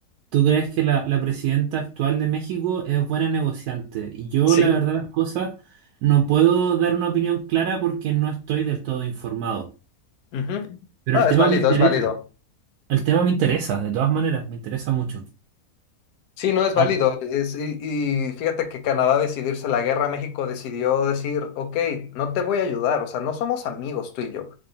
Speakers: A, on the right; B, on the left.
A: ¿Tú crees que la, la presidenta actual de México es buena negociante? Y yo,
B: Sí.
A: la verdad, las cosas, no puedo dar una opinión clara porque no estoy del todo informado.
B: Ujú.
A: Pero
B: Ah,
A: el tema
B: es válido,
A: me interesa.
B: es válido.
A: El tema me interesa, de todas maneras, me interesa mucho.
B: Sí, no es válido.
A: Ah,
B: Es- y, y fíjate que Canadá decidirse la guerra, México decidió decir, ok, no te voy a ayudar, o sea, no somos amigos tú y yo,